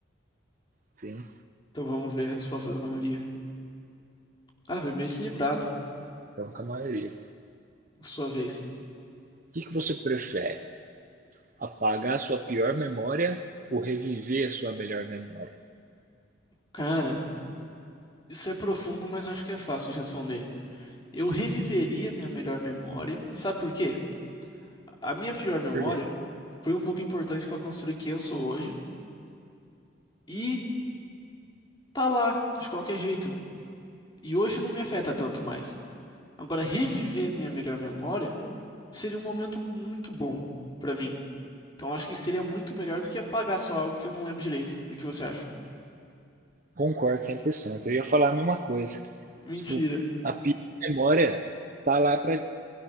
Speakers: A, on the right; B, on the left.
A: Sim,
B: Então vamos ver a resposta da maioria. Ah, foi bem equilibrado.
A: estamos com a maioria. O
B: sua vez.
A: que, que você prefere? Apagar a sua pior memória ou reviver a sua melhor memória?
B: Cara, isso é profundo, mas acho que é fácil de responder. Eu reviveria minha melhor memória. Sabe por quê? A minha pior memória
A: Por quê?
B: foi um pouco importante para construir quem eu sou hoje. E tá lá, de qualquer jeito. E hoje não me afeta tanto mais. Agora, reviver a minha melhor memória seria um momento muito bom pra mim. Então, acho que seria muito melhor do que apagar só algo que eu não lembro direito. O que você acha?
A: Concordo cem por cento Eu ia falar a mesma coisa.
B: Mentira.
A: Tipo, a pior memória tá lá pra,